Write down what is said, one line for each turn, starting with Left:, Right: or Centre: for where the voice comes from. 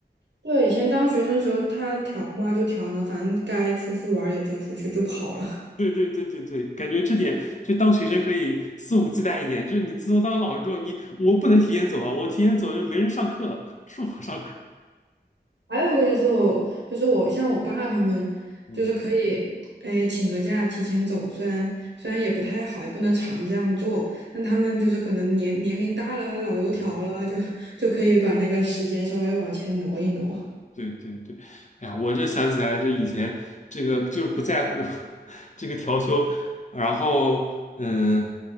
Right: 对，以前当学生时候，他调嘛就调呢，反正该出去玩儿也就出去，就跑了。
Left: 对对对对对，对，感觉这点就当学生可以肆无忌惮一点，就是你自从当了老师之后，你我不能提前走啊，我提前走就没人上课了，是我上课。
Right: 还有一个就是我，就是我像我爸他们，
Left: 嗯
Right: 就是可以，哎，请个假提前走，虽然虽然也不太好，也不能常这样做，但他们就是可能年年龄大了，老油条了，
Left: 嗯嗯，
Right: 就就可以把那个时间稍微往前挪一挪。
Left: 对对对，哎呀，我这想起来这以前这个就是不在乎 <laughs> 这个调休，然后嗯，